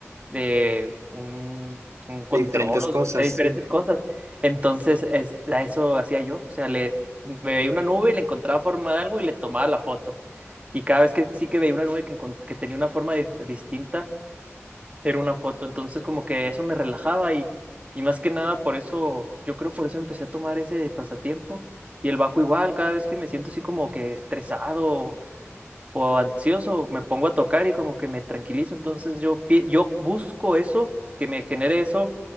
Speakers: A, on the right; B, on the right.
A: de un, un control,
B: de diferentes
A: o
B: cosas,
A: de diferentes
B: sí.
A: cosas. Entonces, es, a eso hacía yo. O sea, le, me veía una nube y le encontraba forma de algo y le tomaba la foto. Y cada vez que sí que veía una nube que, encont- que tenía una forma di- distinta, era una foto. Entonces, como que eso me relajaba y, y más que nada por eso, yo creo por eso empecé a tomar ese pasatiempo. Y el bajo igual, cada vez que me siento así como que estresado o ansioso, me pongo a tocar y como que me tranquilizo. Entonces yo, pi- yo busco eso, que me genere eso,